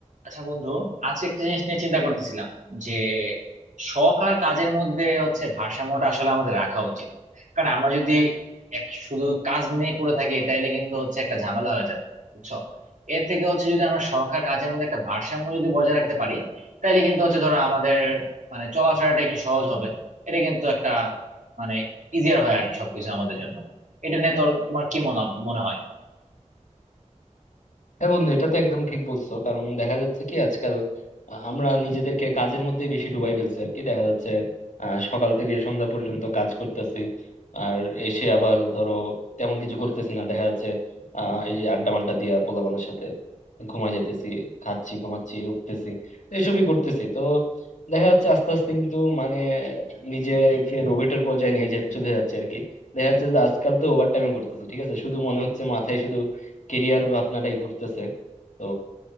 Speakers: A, on the right; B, on the left.
A: আচ্ছা বন্ধু আজকে একটা জিনিস নিয়ে চিন্তা করতেছিলাম যে শখ আর কাজের মধ্যে হচ্ছে ভারসাম্যটা আসলে আমাদের রাখা উচিত কারণ আমরা যদি এক শুধু কাজ নিয়ে পড়ে থাকি তাইলে কিন্তু হচ্ছে একটা ঝামেলা হয়ে যাবে বুঝছো এর থেকে হচ্ছে যদি আমরা শখ আর কাজের মধ্যে একটা ভারসাম্য যদি বজায় রাখতে পারি তাইলে কিন্তু হচ্ছে ধরো আমাদের মানে চলাফেরাটা একটু সহজ হবে এটা কিন্তু একটা মানে ইজিয়ার হয় আর কি সবকিছু আমাদের জন্য এটা নিয়ে তোর তোমার কি মনে মনে হয়
B: হ্যাঁ বন্ধু এটা তো একদম ঠিক বলছো কারণ দেখা যাচ্ছে কি আজকাল আহ, আমরা নিজেদেরকে কাজের মধ্যে বেশি ডুবাই ফেলছি আর কি দেখা যাচ্ছে আহ, সকাল থেকে সন্ধ্যা পর্যন্ত কাজ করতেছি আর এসে আবার ধরো তেমন কিছু করতেছি না দেখা যাচ্ছে আহ এই যে আড্ডা মাড্ডা দিয়া পোলাপানের সাথে ঘুমাই যাইতেছি খাচ্ছি ঘুমাচ্ছি উঠতেছি এসবই করতেছি তো দেখা যাচ্ছে আস্তে আস্তে কিন্তু মানে নিজেকে রোবটের পর্যায়ে নিয়ে যা- চলে যাচ্ছে আর কি দেখা যাচ্ছে যে আজকাল তো ওভার টাইমও করতেছি ঠিক আছে শুধু মনে হচ্ছে মাথায় শুধু কেরিয়ার আপনারাই ঘুরতেছে তো